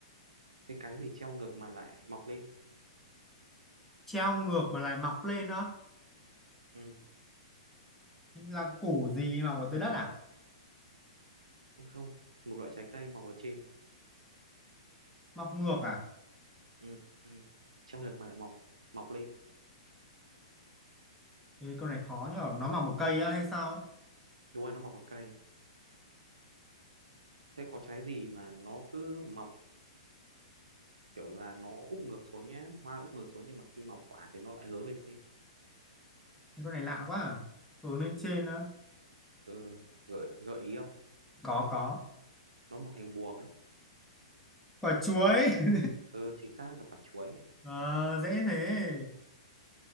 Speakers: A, on the right; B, in the centre.
A: thế cái gì treo ngược mà lại mọc lên
B: treo ngược mà lại mọc lên đó
A: ừ.
B: là củ gì mọc ở dưới đất à
A: không một loại trái cây mọc ở trên
B: mọc ngược à
A: ừ. ừ. treo ngược mà lại mọc mọc lên
B: Ê, câu này khó nhở nó mọc một cây á hay sao
A: đúng rồi nó mọc ở cây thế có trái gì mà nó cứ mọc kiểu là nó úp ngược xuống nhá hoa úp ngược xuống nhưng mà khi mọc quả thì nó lại hướng lên trên
B: câu này lạ quá à hướng lên trên á
A: ừ, gợi gợi ý không
B: có có
A: nó mọc thành buồng ấy
B: quả chuối <laughs>
A: ừ, chính xác là quả chuối ấy.
B: Ờ, dễ thế